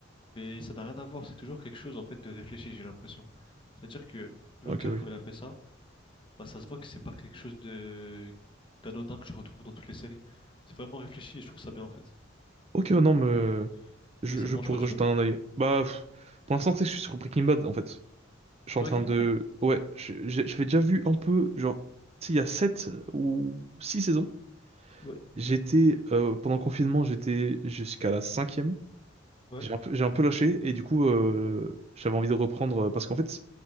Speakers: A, on the left; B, on the right.
A: mais ça n'a rien à voir. C'est toujours quelque chose, en fait, de réfléchi, j'ai l'impression. C'est-à-dire que l'auteur,
B: ok, oui.
A: quand il a fait ça, bah, ça se voit que c'est pas quelque chose de d'anodin que je retrouve dans toutes les séries. C'est vraiment réfléchi et je trouve ça bien, en fait.
B: Ok, ouais, non, mais euh,
A: Donc, euh,
B: je,
A: Et ça
B: je
A: te mange
B: pourrais
A: pas du
B: jeter
A: tout?
B: un œil. Bah, pff, pour l'instant, tu sais que je suis sur Breaking Bad, en fait.
A: C'est
B: Je suis
A: Breaking
B: en train de...
A: Bad?
B: Ouais, je- j'ai- j'avais déjà vu un peu, genre, tu sais, il y a 7 ou 6 saisons.
A: Ouais,
B: J'étais, euh, pendant le confinement, j'étais jusqu'à la cinquième.
A: ouais,
B: J'ai un peu, j'ai un peu lâché, et du coup, euh, j'avais envie de reprendre, euh, parce qu'en fait,